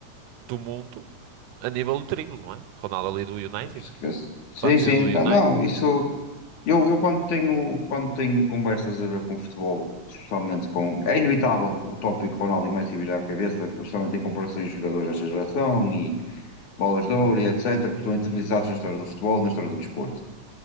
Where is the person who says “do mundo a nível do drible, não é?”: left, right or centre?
Right